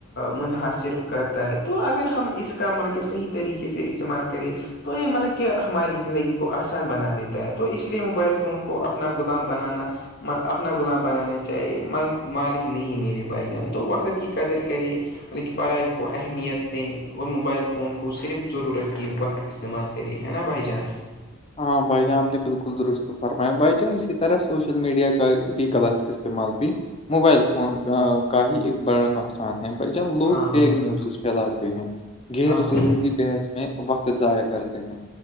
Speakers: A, on the left; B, on the left.
A: منحصر کرتا ہے تو اگر ہم اس کا مطلب کہ صحیح طریقے سے استعمال کریں <unintelligible> تو یہ مطلب کہ ہماری زندگی کو آسان بنا دیتا ہے تو اس لیے موبائل فون کو اپنا غلام بنانا اپنا غلام بنانا چاہے مالک نہیں میرے بھائی جان تو وقت کی قدر کرے م کی پڑھائی کو اہمیت دیں اور موبائل فون کو صرف ضرورت کے وقت استعمال کریے ہے نا بائی جان
B: ہاں بھائی جان آپ نے بالکل درست فرمایا بھائی جان اسی طرح سوشل میڈیا کا بھی غلط استعمال بھی موبائل فون کا ایکق بڑا نقصان بھائی جان لوگ
A: ہاں بھائی
B: فیک
A: جان
B: نیوزز پھیلاتے ہیں غیر
A: ہاں بھائی
B: ضروری
A: جان
B: بحث میں وقت ضائع کرتے ہیں